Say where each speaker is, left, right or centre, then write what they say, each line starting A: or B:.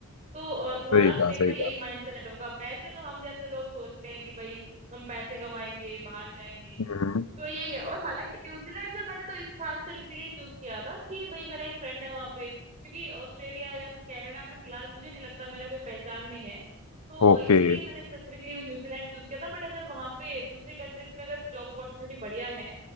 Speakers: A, on the right (about 30°); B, on the left (about 80°).
A: तो अ, तुम्हारा
B: सही
A: तो
B: कहा
A: देखना
B: सही
A: यही
B: कहा
A: माइंडसेट होगा पैसे तो हम जैसे लोग सोचते हैं कि भाई हम पैसे कमाएंगे बाहर जाएंगे
B: हम्म
A: तो यही है और हालांकि न्यूजीलैंड जो मैंने तो इस खासकर इसीलिए चूज किया था कि भाई मेरा एक फ्रेंड है वहां पे क्योंकि ऑस्ट्रेलिया या फिर कनाडा में फिलहाल मुझे नहीं लगता मेरा कोई पहचान में है तो
B: ओके
A: इसीलिए मैंने स्पेसिफिकली न्यूजीलैंड चूज किया था बट अगर वहां पे दूसरी कंट्रीज में अगर जॉब अपॉर्चुनिटी बढ़िया है